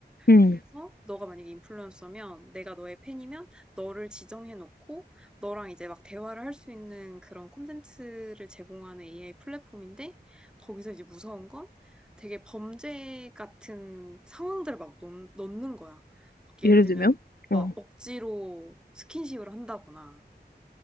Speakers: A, on the left (about 60°); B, in the centre.
A: 응.
B: 그래서 너가 만약에 인플루언서면 내가 너의 팬이면 너를 지정해놓고 너랑 이제 막 대화를 할 수 있는 그런 콘텐츠를 제공하는 AI 플랫폼인데 거기서 이제 무서운 건 되게 범죄 같은 상황들을 막 넣, 넣는 거야. 막 예를
A: 예를
B: 들면
A: 들면?
B: 막
A: 어,
B: 억지로 스킨십을 한다거나